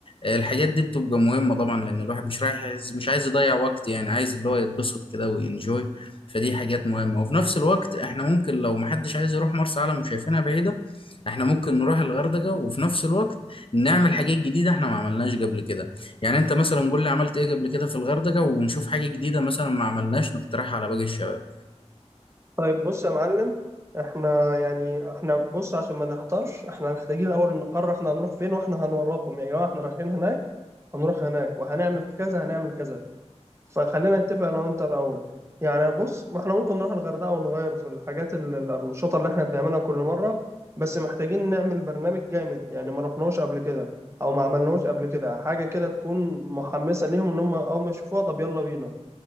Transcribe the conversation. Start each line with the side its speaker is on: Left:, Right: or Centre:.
Left: الحاجات دي بتبقى مهمة طبعا لأن الواحد مش رايح عايز مش عايز يضيع وقت يعني عايز اللي هو يتبسط كده وينجوي فدي حاجات مهمة وفي نفس الوقت احنا ممكن لو محدش عايز يروح مرسى علم وشايفينها بعيدة احنا ممكن نروح الغردقة وفي نفس الوقت نعمل حاجات جديدة احنا ما عملناش قبل كده يعني انت مثلا قول لي عملت ايه قبل كده في الغردقة ونشوف حاجة جديدة مثلا ما عملناش نقترحها على باقي الشباب
Right: طيب بص يا معلم احنا يعني احنا بص عشان ما نحتارش احنا محتاجين الاول نقرر احنا هنروح فين واحنا هنورطهم يا جماعة احنا رايحين هناك هنروح هناك وهنعمل كذا هنعمل كذا فخلينا نتفق انا وانت الاول يعني بص ما احنا ممكن نروح الغردقه ونغير في الحاجات ال- ال- الانشطه اللي احنا بنعملها كل مره بس محتاجين نعمل برنامج جامد يعني ما رحناش قبل كده او ما عملناهوش قبل كده حاجه كده تكون محمسه ليهم ان هم اول ما يشوفوها طب يلا بينا